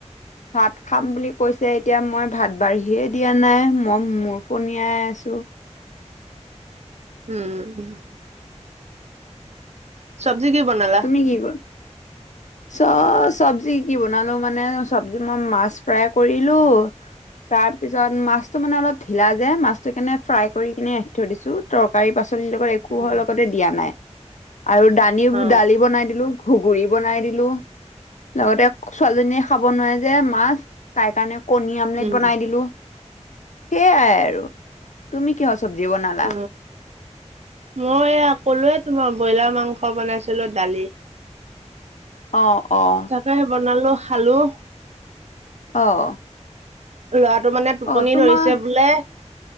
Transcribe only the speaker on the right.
উম। চব্জি কি বনালা?
উম,
অ
উম
অ মই এইয়া ক'লোৱে তোমাক ব্ৰইলাৰ মাংস বনাইছিলো দালি।
তাকে বনালো, খালো।
ল'ৰাটো মানে টোপনি
ধৰিছে বোলে।